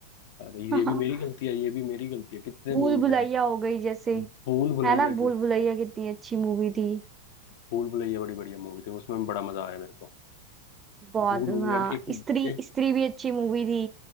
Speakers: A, on the left (about 50°); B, on the right (about 20°).
A: अरे
B: <laughs>
A: ये भी मेरी गलती है ये भी मेरी गलती है कितने
B: भूल
A: मीम्स
B: भुलैया
A: हैं
B: हो गई जैसे
A: भूल भुलैया
B: है ना भूल
A: के
B: भुलैया कितनी अच्छी मूवी थी
A: भूल भुलैया बड़ी बढ़िया मूवी थी उसमें बड़ा मजा आया मेरे को
B: बहुत
A: भूल भुलैया
B: हाँ
A: एक
B: स्त्री
A: एक
B: स्त्री भी अच्छी मूवी थी